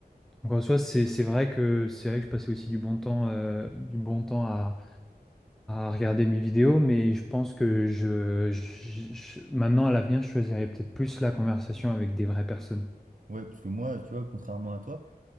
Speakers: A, in the centre; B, on the right (about 50°).
A: Donc, en soi, c'est c'est vrai que, c'est vrai que je passais aussi du bon temps, euh, du bon temps à regarder mes vidéos, mais je pense que je, je- je- maintenant à l'avenir, je choisirais peut-être plus la conversation avec des vraies personnes.
B: Ouais, parce que moi, tu vois, contrairement à toi,